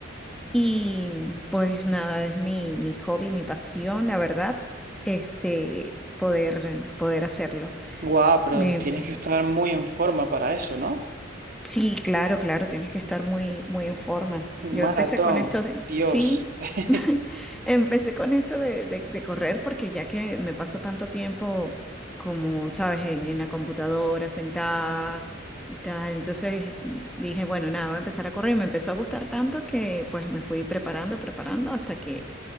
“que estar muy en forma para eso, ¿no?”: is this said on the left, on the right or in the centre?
Right